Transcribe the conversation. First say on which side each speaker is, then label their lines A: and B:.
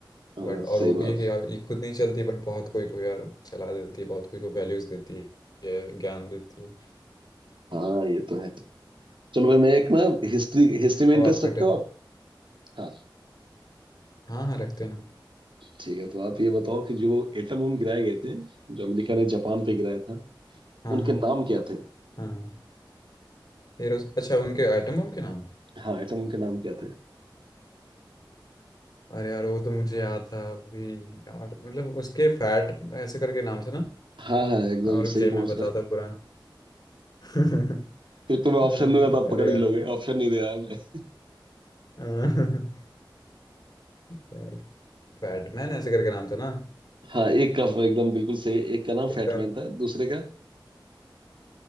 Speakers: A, on the right; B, on the left.
A: हाँ,
B: बट
A: सही
B: और वो भी
A: बात
B: है कि
A: है।
B: यार ये खुद नहीं चलती बट बहुत कोई को यार चला देती है बहुत कोई को वैल्यूज देती है ज्ञान देती है
A: हाँ ये तो है चलो भाई मैं एक ना हिस्ट्री हिस्ट्री में
B: अब
A: इंटरेस्ट
B: आपका
A: रखते
B: टर्न
A: हो आप हाँ
B: हाँ हाँ रखते हैं ना
A: ठीक है तो आप ये बताओ कि जो एटम बम गिराए गए थे जो अमेरिका ने जापान पे गिराया था
B: हाँ
A: उनके
B: हाँ
A: नाम क्या थे
B: हाँ हाँ। ये रोज अच्छा उनके आइटम के नाम
A: हाँ एटम बम के नाम क्या थे
B: अरे यार वो तो मुझे याद था अभी यार मतलब उसके फैट ऐसे करके नाम से ना
A: <laughs> हाँ हाँ एकदम
B: और रुक
A: सही
B: जाइए मैं
A: पहुंच
B: बताता
A: रहे हो।
B: पूरा <laughs>
A: फिर तुम्हें ऑप्शन
B: हम्म,
A: दूंगा तो आप
B: अरे
A: पकड़
B: यार
A: ही लोगे ऑप्शन नहीं दे रहा मैं
B: अह, <laughs> यार फैटमैन ऐसे करके नाम था ना
A: हाँ एक का एकदम बिल्कुल सही एक का नाम
B: एक
A: फैटमैन
B: का
A: था दूसरे का